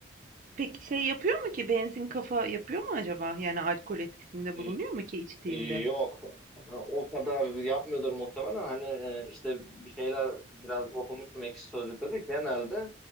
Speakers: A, on the right; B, in the centre.
A: Peki şey yapıyor mu ki benzin kafa yapıyor mu acaba? Yani alkol etkisinde
B: E,
A: bulunuyor mu ki içtiğinde?
B: e, yok <laughs> o kadar yapmıyordur muhtemelen. Hani e, işte bir şeyler biraz okumuştum Ekşi Sözlük'te de genelde